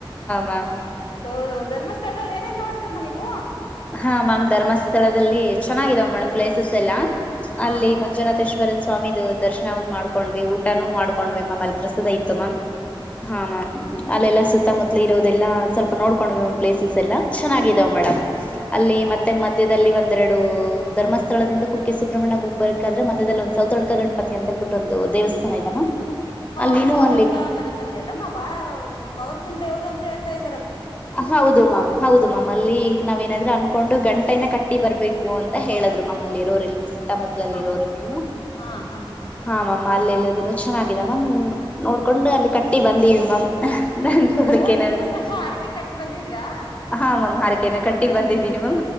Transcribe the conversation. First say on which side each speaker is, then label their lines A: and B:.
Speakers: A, on the left; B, on the left.
A: ಮ್ಯಾಮ್
B: ಇದು ಧರ್ಮಸ್ಥಳ ಏನೇನ್ ನೋಡ್ರಮ್ಮ ನೀವು
A: ಹಾ ಮ್ಯಾಮ್ ಧರ್ಮಸ್ಥಳದಲ್ಲಿ ಚೆನ್ನಾಗಿದಾವ್ ಮೇಡಂ ಪ್ಲೇಸಸ್ ಎಲ್ಲಾ
B: ಹಾ
A: ಅಲ್ಲಿ
B: ಹಾ
A: ಮಂಜುನಾಥೇಶ್ವರನ್ ಸ್ವಾಮಿ ದು ದರ್ಶನ ಒಂದ್ ಮಾಡ್ಕೊಂಡ್ವಿ ಊಟನೂ ಮಾಡ್ಕೊಂಡ್ವಿ ಮ್ಯಾಮ್ ಅಲ್ಲಿ ಪ್ರಸಾದ ಇತ್ತು ಮ್ಯಾಮ್. ಹಾ ಮ್ಯಾಮ್ ಅಲ್ಲೆಲ್ಲಾ ಸು ಸುತ್ತಮುತ್ತಲಿ ಇರೋದೆಲ್ಲ ಸ್ವಲ್ಪ ನೋಡ್ಕೊಂಡ್ವಿ ಮ್ಯಾಮ್ ಪ್ಲೇಸಸ್ ಎಲ್ಲ ಚೆನ್ನಾಗಿದಾವ್ ಮೇಡಮ್. ಅಲ್ಲಿ
B: ಹೌದು
A: ಮತ್ತೆ ಮಧ್ಯದಲ್ಲಿ ಒಂದೆರ ಡು ಧರ್ಮಸ್ಥಳದಿಂದ ಕುಕ್ಕೆ ಸುಬ್ರಹ್ಮಣ್ಯ ಹೋಗ್ಬಬೇಕಾದ್ರೆ ಮದ್ಯದಲ್ಲಿ ಒಂದು ಸೌತಡ್ಕ ಗಣಪತಿ ಅಂತೇಳ್ಬಿಟ್ಟು ಒಂದು ದೇವಸ್ಥಾನ ಇದೆ ಮ್ಯಾಮ್
B: ಹಾ
A: ಅಲ್ಲಿನೂ
B: ಸೌತಡ್ಕ
A: ಅಲ್ಲಿ
B: ಗಣಪತಿ ಅಲ್ಲಮ್ಮ ಬಾಳ ಪವರ್ಫು ಲ್ ದೇವ್ರು ಅಂತ ಹೇಳ್ತಾ ಇ
A: ಹೌದು ಮಾಮ್ ಹೌದು ಮ್ಯಾಮ್ ಅಲ್ಲಿ ನಾವ್ ಏನಾದ್ರು ಅನ್ಕೊಂಡು ಗಂಟೆನ ಕಟ್ಟಿ ಬರ್ಬೇಕು ಅಂತ ಹೇಳಿದ್ರು ಮ್ಯಾಮ್ ಅಲ್ಲಿ ಇರೋರೆಲ್ರು ಸೆ ಮುತ್ತಮುತ್ತಲಲ್ಲಿ
B: ಹ
A: ಇರೋರೆಲ್ರು
B: ಹಾ ಹಾ ಹಾ ಹಾ
A: ಹ ಮ್ಯಾಮ್ ಅಲ್ಲಲ್ಲ ಇನ್ನು ಚೆನ್ನಾಗಿದೆ ಮ್ಯಾಮ್ ನೋಡ್ಕೊಂಡು ಅಲ್ಲಿ ಕಟ್ಟಿ ಬಂದೀವಿ ಮ್ಯಾಮ್ ನನ್ ಕೋರಿಕೆನ
B: ಓ ನೀವು ಸಹ ಹರ್ಕೆ ಕಟ್ ಬಂದಿದೀರಾ
A: ಹಾ ಮಾಮ್ ಹಾರಕೆನ ಕಟ್ಟಿ ಬಂದಿದ್ದೀಿ ಮ